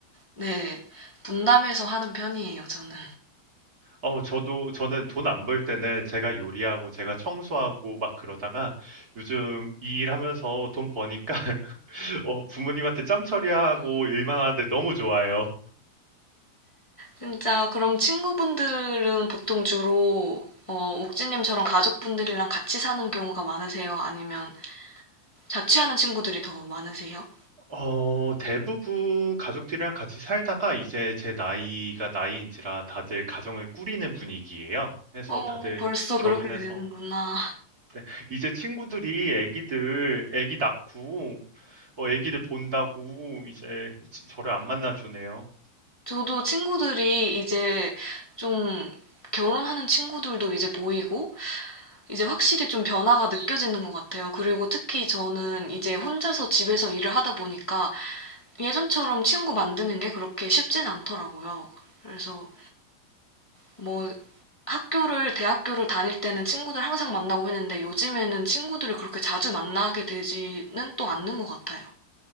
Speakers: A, on the left (about 30°); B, on the right (about 20°).
A: 네, 분담해서 하는 편이에요, 저는.
B: 어, 저도, 저는 돈 안 벌 때는 제가 요리하고, 제가 청소하고 막 그러다가, 요즘 이 일 하면서 돈 버니까, <laughs> 어, 부모님한테 짬 처리하고 일만 하는데 너무 좋아요.
A: 진짜 그럼 친구분들은 보통 주로 어, 옥진님처럼 가족분들이랑 같이 사는 경우가 많으세요? 아니면 자취하는 친구들이 더 많으세요?
B: 어, 대부분 가족들이랑 같이 살다가 이제 제 나이가 나이인지라 다들 가정을 꾸리는 분위기예요. 그래서
A: 어,
B: 다들
A: 벌써
B: 결혼해서
A: 그렇게 되는구나.
B: 네, 이제 친구들이 애기들 애기 낳고 어, 애기들 본다고 이제 지- 저를 안 만나주네요.
A: 저도 친구들이 이제 좀 결혼하는 친구들도 이제 보이고 이제 확실히 좀 변화가 느껴지는 것 같아요. 그리고 특히 저는 이제 혼자서 집에서 일을 하다 보니까 예전처럼 친구 만드는 게 그렇게 쉽진 않더라고요. 그래서 뭐 학교를, 대학교를 다닐 때는 친구들 항상 만나고 했는데 요즘에는 친구들을 그렇게 자주 만나게 되지는 또 않는 것 같아요.